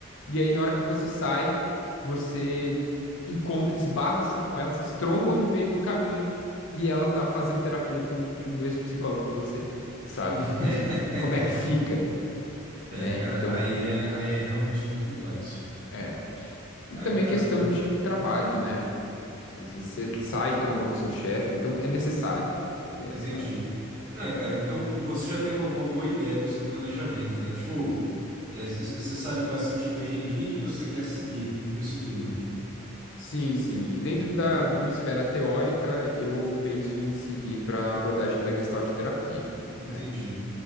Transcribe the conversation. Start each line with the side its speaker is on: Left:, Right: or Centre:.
Left: E aí, na hora que você sai, você encontra, esbarra assim com ela, se trombam no meio do caminho e ela tá fazendo terapia com, com o mesmo psicólogo que você, sabe?
Right: <laughs>
Left: <laughs> Como é que fica,
Right: É,
Left: né?
Right: cara,
Left: Então,
Right: aí é, aí é realmente muito complexo.
Left: é. E
Right: É,
Left: também
Right: cara,
Left: questão
Right: mas
Left: de trabalho, né? Às vezes você sai e tromba com o seu chefe, então é necessário ter
Right: entendi.
Left: essa.
Right: É, cara, então você já tem uma, uma boa ideia do seu planejamento, né? Tipo, você sabe bastante bem a linha que você quer seguir com isso tudo.
Left: Sim, sim. E dentro da,
Right: Pô,
Left: de uma esfera teórica, eu penso em seguir para a abordagem da Gestalt terapia,
Right: entendi.
Left: né?